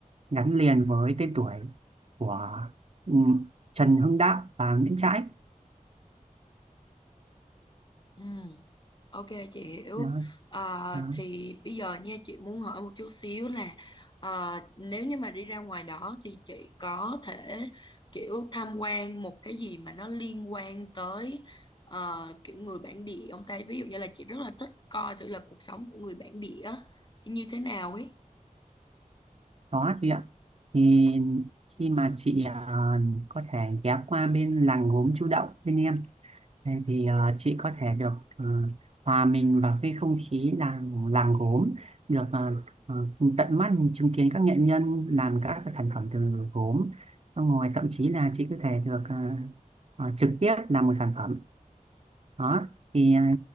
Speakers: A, on the right; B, on the left.
A: gắn liền với tên tuổi của ừ, Trần Hưng Đạo và Nguyễn Trãi
B: Ừm. Ok chị hiểu
A: đó,
B: à,
A: đó.
B: thì bây giờ nha chị muốn hỏi một chút xíu là à, nếu như mà đi ra ngoài đó thì chị có thể kiểu tham quan một cái gì mà nó liên quan tới ờ, kiểu người bản địa ông ta ví dụ như là chị rất là thích coi thử là cuộc sống của người bản địa như thế nào ấy
A: đó chị ạ thì khi mà chị à, có thể ghé qua bên làng gốm Chu Đậu bên em Thế thì ờ, chị có thể được ờ, hòa mình vào cái không khí làng làng gốm được ờ, ờ, tận mắt chứng kiến các nghệ nhân làm các cái sản phẩm từ gốm xong rồi thậm chí là chị có thể được ờ, ờ, trực tiếp làm một sản phẩm đó thì à,